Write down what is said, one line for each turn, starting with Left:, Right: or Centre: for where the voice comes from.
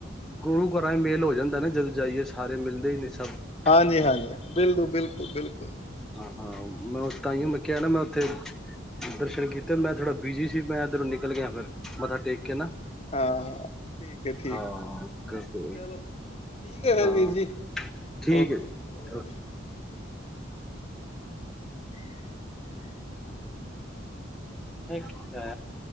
Centre: ਗੁਰੂ ਘਰਾਂ ਚ ਮੇਲ ਹੋ, ਜਾਂਦਾ ਨਾ ਜਦੋਂ ਜਾਈਏ ਸਾਰੇ ਮਿਲਦੇ ਹੀ ਨੇ ਸਭ।
Left: ਹਾਂਜੀ-
Centre: ਹਾਂ
Left: ਹਾਂਜੀ, ਬਿੱਲਕੁਲ -ਬਿੱਲਕੁਲ- ਬਿੱਲਕੁਲ ਜੀ।
Centre: ਹਾਂ ਮੈਂ ਤਾਂ ਹੀ ਮੈਂ ਕਿਹਾ ਨਾ ਮੈਂ ਉੱਥੇ ਦਰਸ਼ਨ ਕੀਤੇ ਮੈਂ ਥੋੜਾ ਬਿਜੀ
Left: ਹਾਂ
Centre: ਸੀ ਮੈਂ ਇਧਰੋਂ ਨਿਕਲ ਗਿਆ ਫਿਰ ਮੱਥਾ ਟੇਕ ਕੇ ਨਾ
Left: ਹਾਂ ਠੀਕ ਹੈ ਠੀਕ
Centre: ਹਾਂ
Left: ਹੈ।
Centre: ਕੋਈ
Left: ਚਲੋ ਠੀਕ ਹੈ ਫੇਰ
Centre: ਹਾਂ
Left: ਵੀਰ ਜੀ
Centre: ਠੀਕ
Left: ਓਕੇ
Centre: ਹੈ
Left: ਓਕੇ
Centre: ਮ ਕੀ ਆ